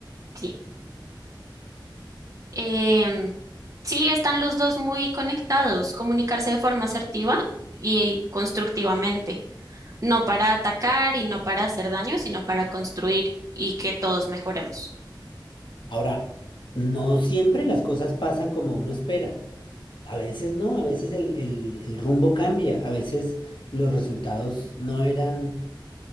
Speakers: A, on the right; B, on the left.
A: sí. Em, sí, están los dos muy conectados, comunicarse de forma asertiva y constructivamente, no para atacar y no para hacer daño, sino para construir y que todos mejoremos.
B: Ahora, no siempre las cosas pasan como uno espera. A veces no, a veces el, el- el rumbo cambia, a veces los resultados no eran